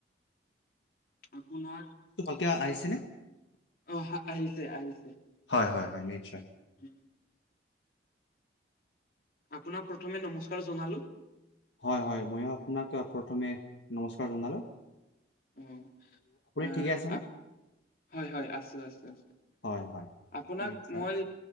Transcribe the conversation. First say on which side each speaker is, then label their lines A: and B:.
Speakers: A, on the left; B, on the left.
A: আপোনাক
B: এতিয়া আহিছেনে
A: অহ আহিছে আহিছে
B: হয় হয় হয় নিশ্চয়
A: উম আপোনাক প্ৰথমে নমস্কাৰ জনালোঁ
B: হয় হয় ময়ো আপোনাক প্ৰথমে নমস্কাৰ জনালোঁ
A: অ আহ
B: ঠিকে আছেনে?
A: আ হয় হয় আছো আছো আছো
B: হয় হয়।
A: আপোনাক
B: নিশ্চয়
A: মই